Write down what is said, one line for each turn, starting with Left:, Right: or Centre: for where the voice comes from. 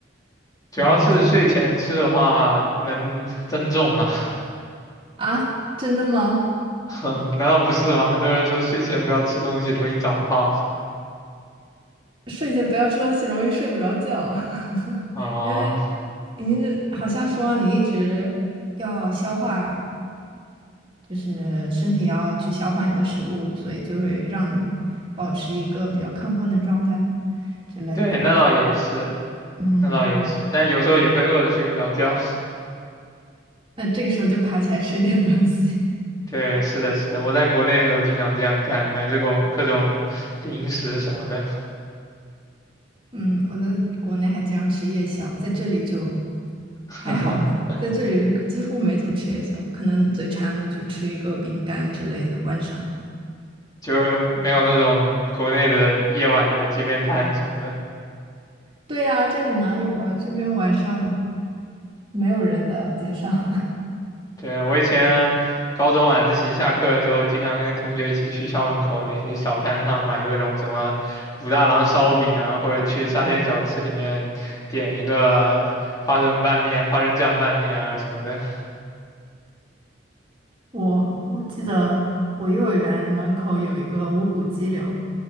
Left: 主要是睡前吃的话能增重嘛。
Right: 啊，这样
Left: <laughs>
Right: 啊，真的吗？
Left: <laughs> 哼，难道不是吗？很多人说睡前不要吃东西，容易长胖。
Right: 睡前不要吃东西，容易睡不着觉，<laughs>
Left: 啊、
Right: 因为您这好像说你一直要消化啊，就是身体要去消化你的食物，所以就会让你保持一个比较亢奋的状态之类的。
Left: 对，那倒也是，
Right: 嗯。
Left: 那倒也是，但有时候也会饿得睡不着觉。
Right: 那这个时候就爬起来吃点东西。
Left: <laughs> 对，是的，是的，我在国内的时候经常这样干，买这种各种零食什么的，
Right: <laughs> 嗯，我在国内还经常吃夜宵，在这里就
Left: <laughs>
Right: 还好哎，在这里就几乎没怎么吃夜宵，可能嘴馋了就吃一个饼干之类的。晚上，
Left: 就是没有那种国内的夜晚的街边摊什么的。
Right: 对啊，这里哪有啊？这边晚上没有人的街上。<laughs>
Left: 对，我以前高中晚自习下课的时候，经常跟同学一起去校门口那些小摊上买各种什么武大郎烧饼啊，或者去沙县小吃里面点一个花生拌面、花生酱拌面啊什么的
Right: 我我记得我幼儿园门口有一个无骨鸡柳，